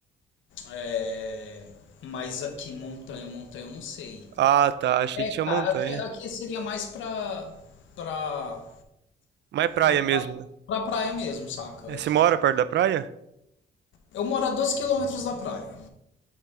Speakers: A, on the left (about 75°); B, on the right (about 60°).
A: é, mas aqui montanha, montanha, eu não sei.
B: Ah, tá. Achei
A: É,
B: que tinha montanha.
A: cara, aqui, aqui seria mais pra, pra,
B: Mas é praia
A: pra,
B: mesmo, né?
A: pra praia mesmo, saca?
B: É, Você
A: Aqui.
B: mora perto da praia?
A: Eu moro a 12 quilômetros da praia.